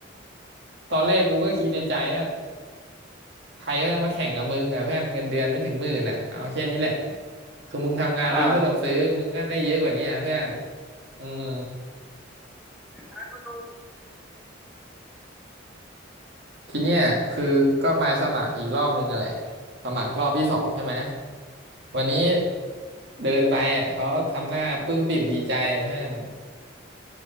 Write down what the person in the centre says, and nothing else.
อ่า
อ